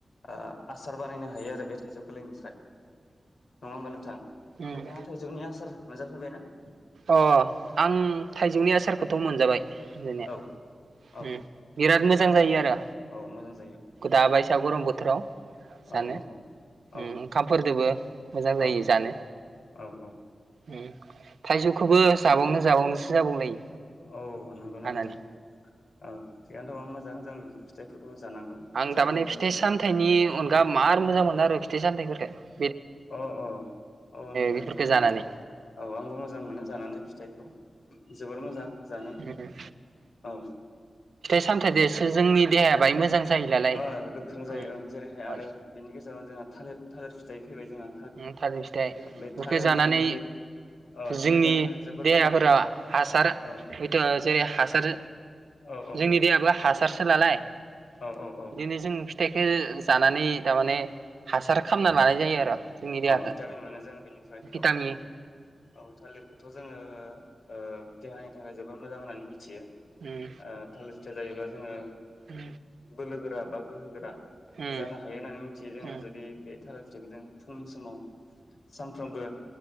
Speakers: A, on the left (about 80°); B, on the right (about 75°).
A: ओ आसार बानायनो हायो आरो बे थाइजौ गोरलैनिफ्राय। नङा होमबा नोंथां?
B: उम
A: नोंथाङा थाइजौनि आसार मोनजाफेरबाय ना? <inaudible>
B: अ आं थाइजौनि आसारखौथ' मोनजाबाय। मोनजानाया
A: औ औ
B: उम बिराद मोजां जायो आरो
A: औ मोजां जायो
B: दा
A: औ
B: बायसा गरम बोथ राव जानो
A: औ
B: उम
A: औ
B: ओंखामफोरदोबो मोजां जायो
A: औ
B: जानो
A: औ औ
B: उम। खौबो जाबावनो जाबावनोसो जाबावलायो।
A: औ नोंगौना
B: हानानै
A: नोंथां औ थिगानोथ' मोजां जों बेफोर फिथाइफोरखौ जानांगौ
B: आं
A: जानानै
B: थामाने
A: जोबोद
B: फिथाइ सामथाइनि अनगा मार मोजां मोनो आरो फिथाइ सामथाइफोरखो।
A: अ अ अ नंगौ
B: बेफोरखौ
A: नोंथां नंगौ
B: जानानै
A: औ आंबो मोजां मोनो जानानै फिथाइखौ जोबोर मोजां जानो
B: उम
A: औ।
B: सामथाइदोसो जोंनि देहाया बाय मोजां जायो नालाय
A: ओ गोख्रों जायो
B: उम
A: ओं जेरैहाय
B: माने
A: आरो बेनि गेजेरावनो जोंहा थालिर थालिर फिथाइ फैबाय जोंहा
B: उम थालिर फिथाइ
A: बे थालिरा
B: इखो जानानै
A: जोंनि बे ओ
B: जोंनि
A: देहानि थाखाय जोबोर
B: देहाफोरा
A: मोजां
B: हासार
A: औ
B: होयथ' जेरै हासार
A: औ औ
B: जोंनि देहाबो हासारसो होला लाय बिदिनो
A: औ औ औ
B: जों फिथाइखो जानानै थामाने हासार खालामना लानाय जायो आरो।
A: अ
B: जोंनि देहाखौ
A: भिटामिन मोनो जोंङो बेनिफ्राय
B: भिटामिन
A: औ नंगौ औ थालिरखौथ' जोंङो ओ देहानि थाखाय जोबोद मोजां होननानै मिथियो।
B: उम
A: ओ थालिर फिथाइ जायोब्ला जोंङो
B: उम
A: बोलो गोरा बा गोहो गोरा
B: उम
A: जानो हायो होननानै मिथियो जोंङो
B: उम
A: जुदि बे थालिर फिथाइखौ जों समाव सानफ्रोमबो